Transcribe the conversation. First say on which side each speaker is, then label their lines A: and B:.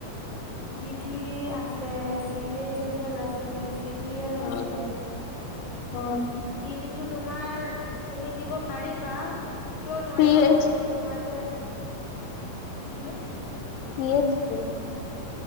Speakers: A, on the left; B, on the left.
A: জি ডি আছে, চি এইচ এচ এল আছে, চি জি এল
B: অ
A: আছে।
B: অ।
A: জি ডিটো তোমাৰ তুমি দিব পাৰিবা, কিয় নোৱাৰিবা
B: চি এইচ
A: কোৱাচোন? তোমাৰ যে হম' হম'।
B: চি এচ কি?